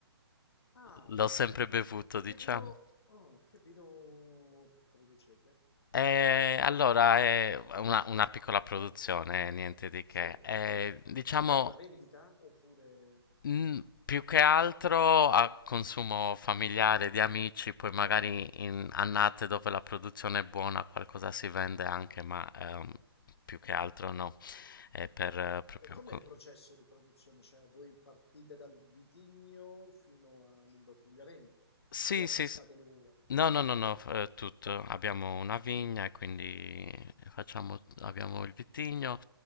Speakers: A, on the left; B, on the left.
A: Ah,
B: l'ho sempre bevuto,
A: e
B: diciamo.
A: che vino, oh, che vino producete?
B: Eh, allora, è una, una piccola produzione, eh, niente di
A: Sì,
B: che. Eh, diciamo,
A: ma per la vendita oppure...
B: mm, più che altro a consumo familiare di amici, poi magari in annate dove la produzione è buona qualcosa si vende anche, ma ehm, più che
A: Mm.
B: altro no, è per eh, proprio...
A: E com'è
B: co-
A: il processo di produzione? Cioè, voi partite dal vitigno fino all'imbottigliamento
B: Sì,
A: o acquistate
B: sì, s-
A: l'uva?
B: no, no, no, no, eh, tutto. Abbiamo una vigna, e quindi facciamo, abbiamo il vitigno.